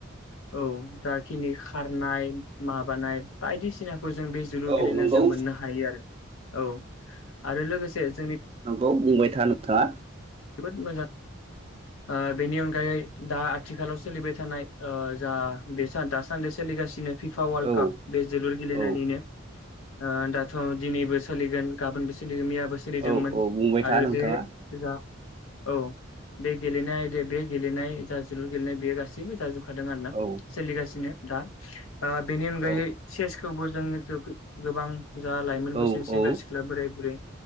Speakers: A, on the left; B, on the right.
A: औ जाखिनि खारनाय माबा नाय बायदिसिना खौ जों बे जोलुर
B: औ
A: गेलेनायाव
B: नंगौ
A: जों मोननो हायो आरो। औ आरो लोगोसे जोंनि
B: नगौ बुंबाय था नोंथाङा।
A: जोबोद मोजां आ बेनि अनगायै दा आथिखालाव सोलिबाय थानाय ओ जा बे दासान्दि सोलिगासिनो फिफा वल्ड
B: औ
A: काप बे जोलुर गेलेनायनिनो
B: औ
A: ओ दाथ' दिनैबो सोलिगोन गाबोनबो सोलिगोन मिया बो सोलिदोंमोन
B: औ औ बुंबाय था
A: आरो
B: नोंथाङा
A: बे जा औ बे गेलेनाय आयदा बे गेलेनाय जा जोलुर गेलेनाय बेयो गासैबो जाजोब खादों आरो ना
B: औ
A: सोलिगासिनो। दा आ बेनि अनगायै
B: औ
A: चेसखौबो जोङो ज गोबां जा लाइमोन
B: औ
A: बैसो सेंग्रा
B: औ
A: सिख्ला बोराय बुरै